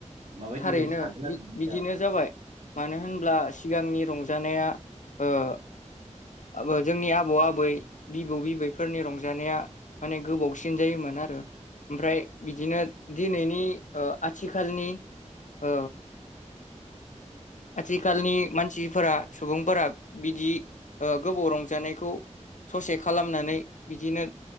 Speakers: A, on the right (about 70°); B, on the left (about 80°).
A: माबायदियै
B: थारैनो
A: सानो आरो
B: बिदिनो जाबाय मानो होनब्ला सिगांनि रंजा जानाया ओ जोंनि आब आबौ आबै बिबौ बिबैफोरनि रंजानाया माने गोबावसिन जायोमोन आरो ओमफ्राय बिदिनो दिनैनि ओ आथिखालनि ओ आथिखालनि मानसिफोरा सुबुंफोरा बिदि ओ गोबाव रंजानायखौ ससे खालामनानै बिदिनो